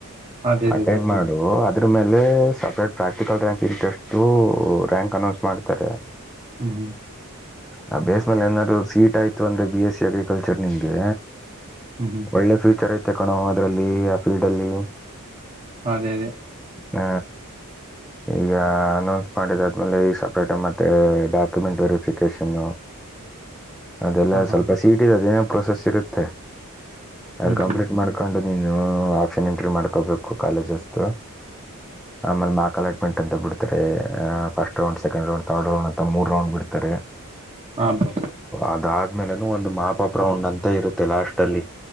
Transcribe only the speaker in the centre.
ಅಟೆಂಡ್
ಮಾಡ. ದು ಅದರ ಮೇಲೆ separate practical ranking test rank announce ಮಾಡ್ತಾರೆ.
ಆ ಬೇಸ್ ಮೇಲೆ ಏನಾದ್ರು ಸೀಟ್ ಆಯ್ತು ಅಂದ್ರೆ ಬಿ ಎಸ್ಸಿ ಅಗ್ರಿಕಲ್ಚರ್ ನಿಮ್ಗೆ
ಒಳ್ಳೆ ಫ್ಯೂಚರ್ ಐತೆ ಕಣೋ ಅದರಲ್ಲಿ ಆ ಫೀಲ್ಡಲ್ಲಿ.
ಹ ಈಗ ಅನೌನ್ಸ ಮಾಡಿದ ಆದ್ಮೇಲೆ ಈ ಸಪ್ರೇಟ್ ಮ ತ್ತೆ ಡಾಕ್ಯುಮೆಂಟ್ ವೆರಿಫಿಕೇಶನ್ ಅದೆಲ್ಲ
ಸ್ವಲ್ಪ ಸೀಟ್ ಗ ಅದೇನ ಪ್ರೋಸೆಸ್ ಇರುತ್ತೆ ಅದು
ಕಂಪ್ಲೀಟ್
ಮಾಡ. <unintelligible> ಕಂಡು ನೀನು ಆಪ್ಷನ್ ಎಂಟ್ರಿ ಮಾಡ್ಕೋಬೇಕು ಕಾಲೇಜ್ಸ ತ್ರೊ. ಆಮೇಲೆ ಮಾಕ್ ಅಲಾಟ್ಮೆಂಟ್ ಅಂತ ಬಿಡ್ತಾರೆ first round second round. Third round ಅಂತ ಮೂರ ರೌಂಡ್ ಬಿಡ್ತಾರೆ
ಅದಾದ ಆಮೇಲೆನು ಒಂದು ಮಾಪಾಪ ರೌಂಡ್ ಅಂತ ಇರುತ್ತೆ ಲಾಸ್ಟ ಅಲ್ಲಿ.